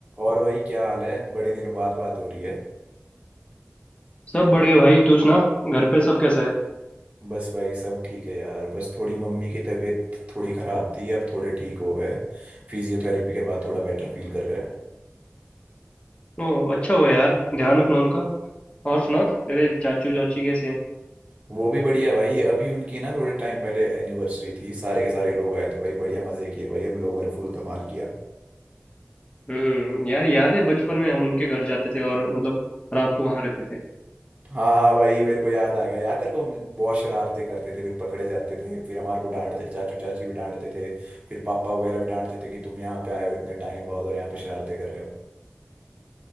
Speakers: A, on the right; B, on the left.
A: और भाई क्या हाल है बड़े दिन बाद बात हो रही है
B: सब बढ़िया भाई तू सुना घर पे सब कैसा है
A: बस भाई सब ठीक है यार बस थोड़ी मम्मी की तबीयत थोड़ी खराब थी अब थोड़े ठीक हो गए फिजियोथेरेपी के बाद थोड़ा बेटर फील कर रहे हैं
B: ओह अच्छा हुआ यार ध्यान रखना उनका और सुना तेरे चाचू चाची कैसे हैं
A: वो भी बढ़िया है भाई अभी उनकी ना थोड़े टाइम पहले एनिवर्सरी थी सारे के सारे लोग आए थे भाई बढ़िया मजे किए भाई हम लोगों ने फुल धमाल किया
B: हम्म यार याद है बचपन में हम उनके घर जाते थे और मतलब रात को वहां रहते थे
A: हाँ हाँ भाई मेरे को याद आ गया यार तेरे को हम बहुत शरारतें करते थे फिर पकड़े जाते थे फिर हमारे को डांटते थे चाचू चाची भी डांटते थे फिर पापा वगैरह भी डांटते थे कि तुम यहाँ पे आए हो इतने टाइम बाद और यहाँ पे शरारतें कर रहे हो